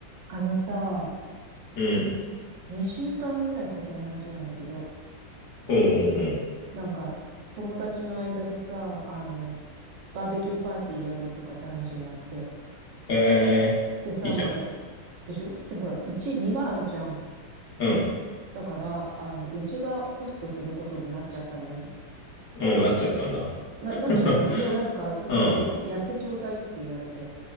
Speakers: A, on the right; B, on the left.
A: あのさ、
B: うん。
A: 2週間ぐらい先の話なんだけど、
B: うんうんう
A: なんか友達の間でさ、あの、バーベキューパーティーやろうとかって話になって。
B: ん。えー、
A: でさ、
B: いいじゃん。
A: ほら、でしょで、ほら、うち庭あるじゃん。
B: うん。
A: だから、あの、うちがホストすることになっちゃったのね。
B: うん、なっちゃったんだ。
A: な、
B: <laughs>
A: なっちゃったの。もうなんかそっちでやってちょうだいって言われて。
B: うん。あ